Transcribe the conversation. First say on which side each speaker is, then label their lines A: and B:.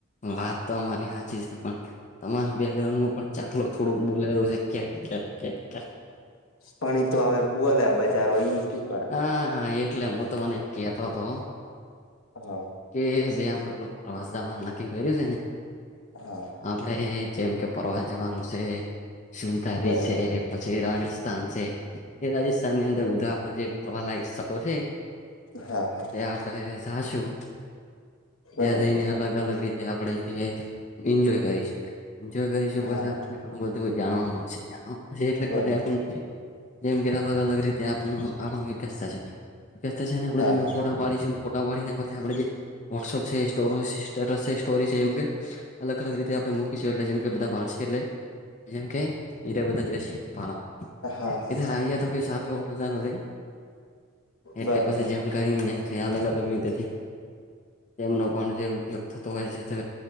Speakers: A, on the left; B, on the left.
A: વાત તો અમારી હાચી છે પણ તમારા બેકગ્રાઉન્ડમાં પણ ચાખલો થોડોક બોલાલું છે ક્યાક ક્યાંક કક
B: પાણી ઈ તો હવે બોલે બચારો ઈ ચુપ
A: હાા એટલે હું તો તમને એમ કતો હતો
B: હા
A: કે જે આપડે પેલું પ્રવાસ જાવા નુ નક્કી કર્યું છે ને
B: હા
A: આપડે જેમ કે પરવા જવાનું છે સુતાદી
B: બરોબર
A: છે. પછી રાજસ્થાન છે એ રાજસ્થાન ની અંદર બધું આપડે જે ફરવા લાગી શકો છ
B: હા હા
A: આપડે જાશું
B: બરોબર
A: ત્યાં જઈને અલગ અ અલગ રીતે આપણે એન્જોય કરીશ એન્જય કરીશું પછી
B: હા
A: આપ કું જાણશે જાણ એટલે
B: બરોબર
A: ક આપ જેમ કે અલગ અલગ રીતે આપ આપ વિકતા છે વતા છે ને આપણે
B: હા
A: જેમ
B: હા
A: ફોટા ડીશું ફોટા પાડીને પછી આપ જે વોટ્સઅપ છે સ્ટેટસ છે સ્ટોરી જેમ કે અલગ અલગ રીતે આપણે મૂકીશું એટલે જેમ કે બધા ભશે એટલે જેમ કે એ બધા જ શ પાવા
B: હા હા
A: એ આયા તો કઈ સારો એવો નજારો થાય એટલે
B: બરોબર
A: પછી જેમ કરીમ ક અલગ અલગ રીતે તેમનો પણ જે ઉપયોગ થતો હોય છે તે